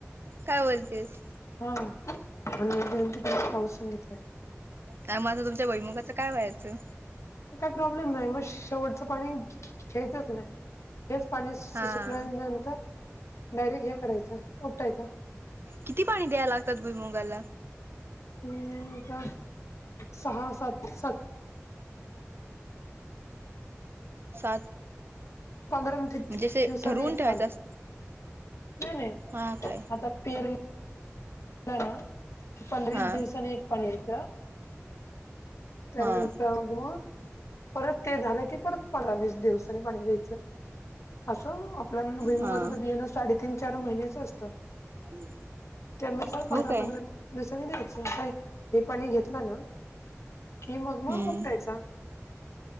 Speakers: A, on the right (about 50°); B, on the left (about 65°).
A: काय बोलतेस
B: हा, हनुमान जयंती पर्यंत पाऊस सांगितलाय.
A: काय म आता तुमच्या भुइमुगाचं काय व्हायचं?
B: मग काय प्रॉब्लेम नाय, मग शेवटचं पाणी घ्यायचच नाय, हेच पाणी सुक
A: हा
B: सुकल्यानंतर डायरेक्ट हे करायचं ओतायच.
A: किती पाणी द्यायला लागतात भुईमुंगाला?
B: हम्म, तर सहा-सात, सात
A: सात
B: पंधरा दिव
A: म्हणजे असे
B: दिवसांनी
A: ठरवून
B: एक
A: ठेवायचं
B: पाणी.
A: असत
B: नाही नाही,
A: हा काय
B: आता पेरणी आता ना पंधरा
A: हा
B: एक दिवसानी एक पाणी द्यायच त्यानंतर
A: हा
B: मग, मग परत ते झालं की परत पंधरा-वीस दिवसानी पाणी द्यायचं, अस आपल्या भुईमुंगाच
A: हा
B: ते बियाण साडे तीन-चार महिन्याच असत.
A: <unintelligible>
B: त्यानुसार पंधरा-पंधरा
A: हो काय
B: दिवसांनी द्यायच, काही हे पाणी घेतलं ना की मग, म
A: हम्म
B: उपटायच.